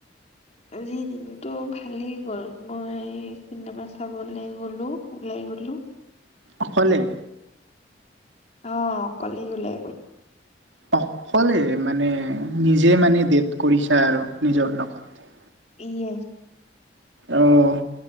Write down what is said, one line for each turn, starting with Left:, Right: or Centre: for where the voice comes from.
Left: লি নিকি? ত, ভালেই গ'ল। মই চিনেমা চাবলৈ গ'লো, ওলাই গলো।
Right: অকলে?
Left: অ', অকলেই গ'লো।
Right: অকলে মানে নিজে মানে ডেট কৰিছা আৰু নিজৰ লগত।
Left: ইয়ে।
Right: অ',